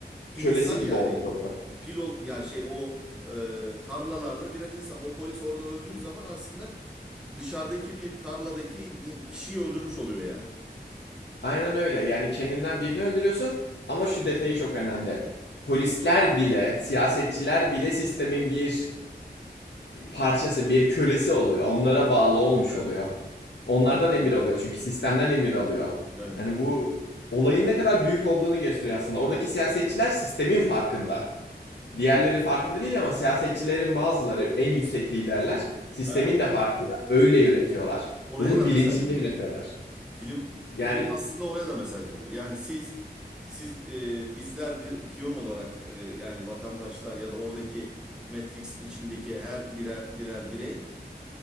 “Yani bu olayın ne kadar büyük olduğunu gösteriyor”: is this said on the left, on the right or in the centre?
Left